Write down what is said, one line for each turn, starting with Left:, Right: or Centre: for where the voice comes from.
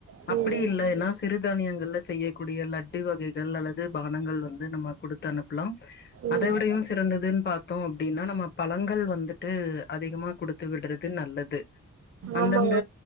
Right: ம்
Left: அப்டி இல்ல ஏனா சிறு தானியங்கள்ல செய்யக்கூடிய லட்டு வகைகள் அல்லது பானங்கள் வந்து நம்ம கொடுத்தா அனுப் ளாம்
Right: ம்
Left: அத விடையும் சிறந்ததின் பார்த்தோ அப்டின்னா நம்ம பழங்கள் வந்துட்டு அதிகமா குடுத்து விடுறது நல்லது அந்தந்த
Right: ஆமா